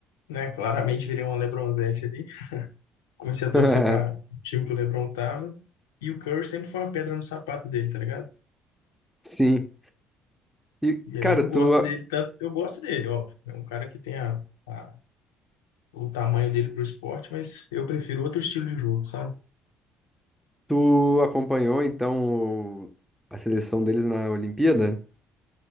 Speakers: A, on the left; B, in the centre.
A: né, claramente virei uma LeBronzete ali, comecei a torcer
B: <laughs>
A: para o time que o LeBron tava, e o Curry sempre foi uma pedra no sapato dele, tá ligado?
B: Sim. E,
A: E aí
B: cara,
A: eu não
B: tu,
A: gosto dele, tanto, eu gosto dele, óbvio, é um cara que tem a, a- o tamanho dele pro esporte, mas eu prefiro outro estilo de jogo, sabe?
B: Tu acompanhou, então, o- a seleção deles na Olimpíada?